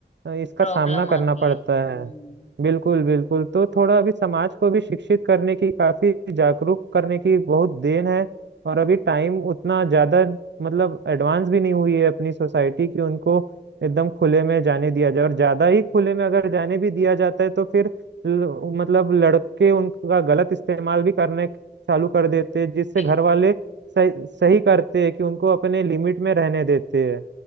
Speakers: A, on the right; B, on the left.
A: अ, इसका
B: प्रॉब्लम
A: सामना करना
B: आती
A: पड़ता
B: है हम्म
A: है बिल्कुल बिल्कुल तो थोड़ा अभी समाज को भी शिक्षित करने की काफी जागरूक करने की बहुत देन है और अभी टाइम उतना ज्यादा मतलब एडवांस भी नहीं हुई है अपनी सोसाइटी कि उनको एकदम खुले में जाने दिया जाए और ज्यादा ही खुले में अगर जाने भी दिया जाता है तो फिर ल- मतलब लड़के उनका गलत इस्तेमाल भी करने चालू कर देते हैं जिससे
B: बिल्कुल
A: घर वाले सही सही करते हैं कि उनको अपने लिमिट में रहने देते हैं